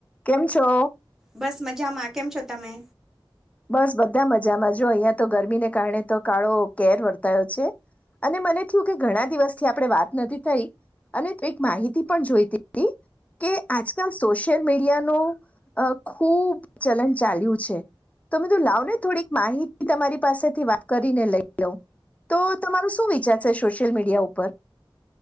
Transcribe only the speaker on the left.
કેમ છો?
બસ બધા મજામાં જો અહીયાયા તો ગરમીને કારણે તો કાળો કેર વર્તાયો છે અને મને થયું કે ઘણા દિવસથી આપણે વાત નથી થઈ અને એક માહિતી પણ જોઈતી કે આજકાલ સોશિયલ મીડિયાનું અ ખુબ ચલન ચાલ્યું છે તોમે તું લાવ ને થોડીક માહિતી તમારી પાસેથી વાત કરીને લઈ લઉ તો તમારું શું વિચાર છે સોશિયલ મીડિયા ઉપર